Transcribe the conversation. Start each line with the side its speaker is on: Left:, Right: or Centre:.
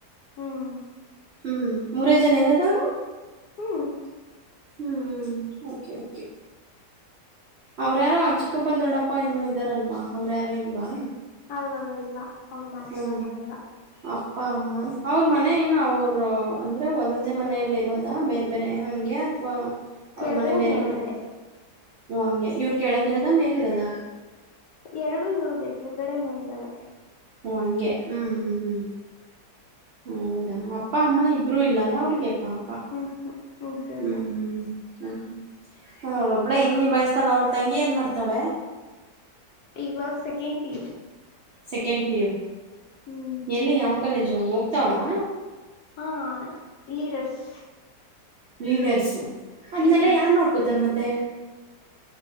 Left: ಹ್ಮ್
Right: ಹ್ಮ್ ಮೂರೇ ಜನ ಇರೋದವರು?
Left: ಹ್ಮ್
Right: ಹ್ಞ ಓಕೆ ಓಕೆ. ಅವ್ರ್ಯಾರೋ ಚಿಕ್ಕಪ್ಪ ದೊಡ್ಡಪ್ಪ ಏನೋ ಇದ್ದಾರಲ್ವಾ ಅವ್ರ್ಯಾರೋ ಇಲ್ವಾ?
Left: ಇವಾಗ ಇಲ್ಲ. ಅವ್ರು ಮಾತಾಡಲ್ಲ
Right: ಹ್ಮ
Left: ಆವಾಗ
Right: ಅಪ್ಪ ಅಮ್ಮ ಅವ್ರ ಮನ ಏನು ಅವರು ಅಂದ್ರೆ ಒಂದೇ ಮನೆಯಲ್ಲಿ ಇರೋದಾ ಬೇರೆ ಬೇರೆ ಹಂಗೆ ಅಥವಾ ಅವ್ರ
Left: ಕೆಳಗಡೆ
Right: ಮನೆ ಬೇರೆ
Left: ಮೇಲ್ಗಡೆ
Right: ಕಡೆ ಹ ಹಂಗೆ ಇವ್ರ ಕೆಳಗಿರದ ಮೇಲಿರದಾ
Left: ಎರಡು ಇರದೆ ಕೆಳಗಡೆ ಮೇಲುಗಡೆ
Right: ಹ್ಮ ಹಂಗೆ ಹ್ಮ್ ಹ್ಮ್ ಹ್ಮ್ ಹೌದಾ ಅಪ್ಪ ಅಮ್ಮ ಇಬ್ರುೂ ಇಲ್ಲಲ್ಲ ಅವ್ರಿಗೆ ಪಾಪ
Left: ಹ್ಮ್ ಹ್ಮ್ ಇದ್ರಲ್ಲ
Right: ಹ್ಮ್ ಹ ಹ್ಞೂ ಹ್ಞೂ್ ಅವಳು ಒಬ್ಬಳೇ ಹೆಂಗೆ ನಿಬಯಸ್ತಾಳೆ? ಅವಳು ತಂಗಿ ಏನು ಮಾಡ್ತಾಳೆ?
Left: ಇವಾಗ second P
Right: second P U
Left: ಹ್ಮ್
Right: ಎಲ್ಲಿ ಯಾವ ಕಾಲೇಜು ಹೋಗ್ತಾವಳಾ.
Left: ಹಾ ಲೀಡರ್ಸ್
Right: ಲೀಡರ್ಸ್ ಅದನ್ನೆಲ್ಲ
Left: ಹ್ಮ್
Right: ಯಾರ್ ನೋಡ್ಕೋತಾರ ಮತ್ತೆ?